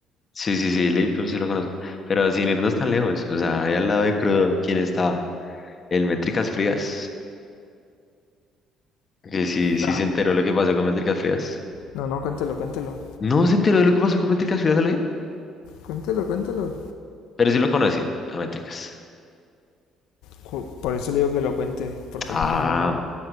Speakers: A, on the left; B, on the left.
A: Sí, sí, sí, Lil Peep sí lo conozco. Pero sin irnos tan lejos, o sea, ahí al lado de Crudo, ¿quién estaba? El Métricas Frías. Que sí, sí
B: Ah,
A: se enteró lo que pasó con Métricas Frías.
B: no, no, cuéntelo, cuéntelo.
A: No se enteró de lo que pasó con Métricas Frías, ¿lo bien?
B: Cuéntelo, cuéntelo.
A: Pero sí lo conoce, a Métricas.
B: Cu- Por eso le digo que lo cuente, porque
A: Ah.
B: no, no, no.